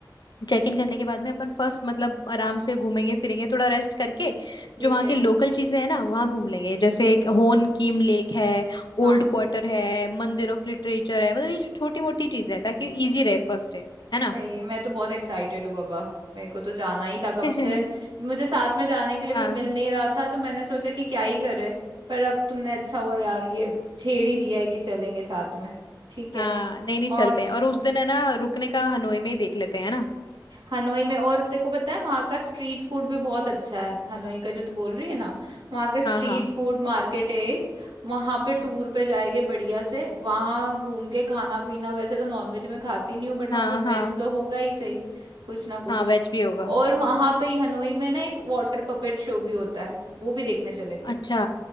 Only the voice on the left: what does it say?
चेक इन करने के बाद में अपन फर्स्ट मतलब आराम से घूमेंगे फिरेंगे थोड़ा रेस्ट करके
जो वहाँ
के लोकल चीजें हैं ना वहाँ घूम लेंगे जैसे एक होन कीम लेक है
ओल्ड क्वार्टर है मंदिर ऑफ लिटरेचर है मतलब ये छोटी मोटी चीजें हैं ताकि इजी रहे फर्स्ट डे है ना
<laughs>
हाँ
हाँ नहीं नहीं चलते
हैं और उस दिन है ना रुकने का हनोई में ही देख लेते हैं है ना
हाँ हाँ
हम्म,
हाँ
हाँ
हाँ वेज भी होगा
हम्म
अच्छा